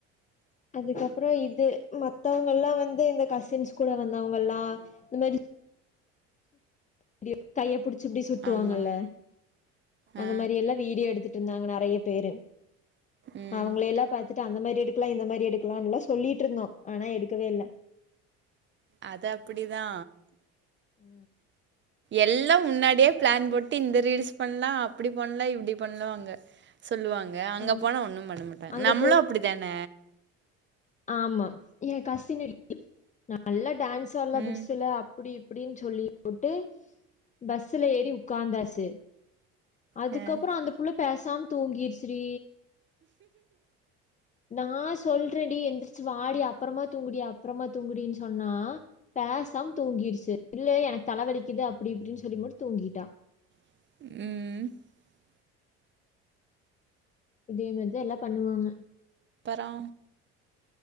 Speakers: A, on the left; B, on the right.
A: அதுக்கப்புறோ இது மத்தவங்கல்லா வந்து இந்த கசின்ஸ் கூட வந்தவங்கல்லா‌ இந்த மாரி <unintelligible> கையப்பிடிச் ச்சு சுத்துவாங்கள்ள
B: ஆமா.
A: அந்த
B: ஆ.
A: மாரி எல்லா வீடியோ எடுத்து ருந்தாங்க நறையா பேரு
B: ம்.
A: அவங்கள எல்லா பாத்துட் டு அந்த மாரி எடுக்கலா இந்த மாரி எடுக்கலா எல்லா சொல்லிட்டு இருந்தோ ஆனா எடுக்கவே இல்ல
B: அது அப்படிதா
A: உ
B: எல்லா முன்னாடியே பிளான் போட்டு இந்த ரீல்ஸ் பண்லா அப்டி பண்லா இப்டி பண்லா ஆங்க சொல்லுவாங்க அங்க
A: ம்
B: போனா ஒண்ணு பண்ண மாட்டாங்க
A: அங்க
B: நம்மளு
A: போய்
B: அப்டித்தான
A: ஆமா எ கஸினடி நல்லா டான்ஸ் ஆட்லா
B: ம்.
A: பஸ்ஸுல அப்டி இப் அப்டின்னு சொல்லிபுட்டு பஸ்ல ஏறி உக்காந்தாச்சு அதுக்கப்புறோ
B: அ.
A: அந்த புல பேசாம தூங்கிருச்ரி நா சொல்றே டி ஏந்ரி சுவாடி அப்புறமா தூங்குடி அப்புறமா தூங்குடின்னு சொன்னா பேசாம் தூங்கிருச்சு இல்ல எனக்கு தலைவலிக்குது அப்டி இப்டின்னு சொல்லி முட்டு தூங்கிட்டா
B: உ உ
A: இதே மாரிதா எல்லா பண்ணுவாங்க
B: அப்பரோ